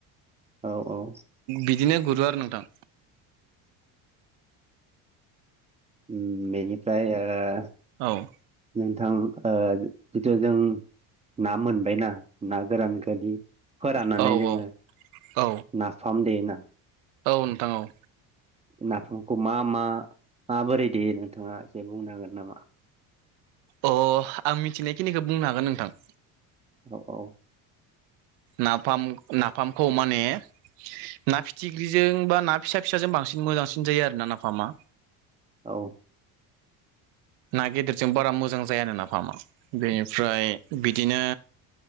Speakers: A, on the right; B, on the right.
A: औ औ
B: बिदिनो गुरो आरो नोंथां
A: उम बेनिफ्राय ओ
B: औ
A: नोंथां ओ जितु जों ना मोनबायना ना गोरानखोदि फोराननानै
B: औ औ
A: जोङो
B: औ
A: नाफाम दे ना
B: औ नोंथां औ
A: नाफामखौ मा-मा-माबोरै देयो नोंथाङा एसे बुंनो हागोन नामा
B: अ आं मिथिनायखिनिखो बुंनो हागोन नोंथां
A: औ औ
B: नाफाम-नाफामखौ माने ना फिथि ख्रिजों बा ना फिसा-फिसाजों बांसिन मोजांसिन जायो आरो ना नाफामा
A: औ
B: ना गेदेरजों बारा मोजां जाया आरो नाफामा बेनिफ्राय बिदिनो